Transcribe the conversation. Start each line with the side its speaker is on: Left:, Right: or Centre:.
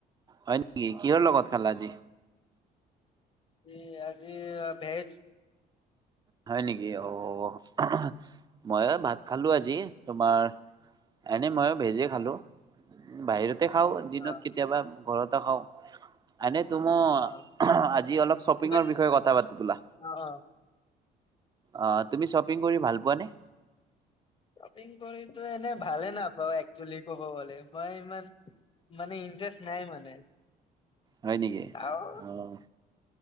Right: হয় নেকি কিহৰ লগত খালা আজি
Left: কি আজি ভেজ
Right: হয় নেকি অহঁ অ মই ভাত খালো আজি তোমাৰ এনে মইও ভেজে খালো বাহিৰ তে খাও দিনত
Left: অ
Right: কেতিয়াবা ঘৰত <unintelligible> ত মই
Left: অ
Right: আজি অলপ শ্বপিঙৰ
Left: কিবা
Right: বিষয়ে কথা পাতো বলা
Left: অ অ
Right: অ তুমি শপিং কৰি ভাল পোৱা নে
Left: শপিং কৰিতো এনে ভালে নাপাওঁ একচলি কব গলে মই ইমান মানে ইন্টাৰেষ্ট নাই মানে
Right: হয় নেকি?
Left: আও
Right: অ',